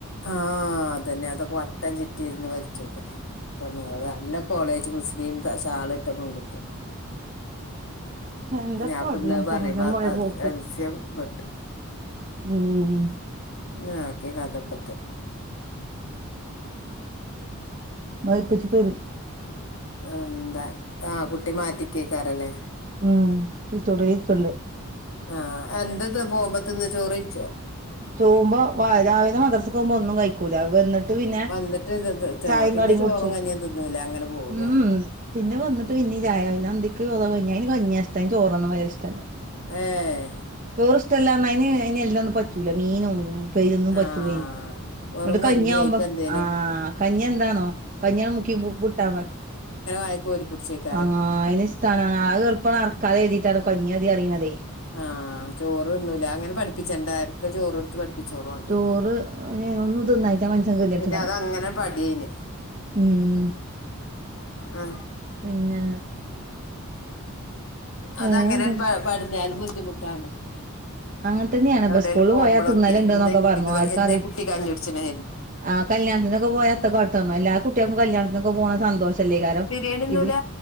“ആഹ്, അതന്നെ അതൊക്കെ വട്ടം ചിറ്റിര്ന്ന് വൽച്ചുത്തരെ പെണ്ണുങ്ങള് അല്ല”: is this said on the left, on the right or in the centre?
Left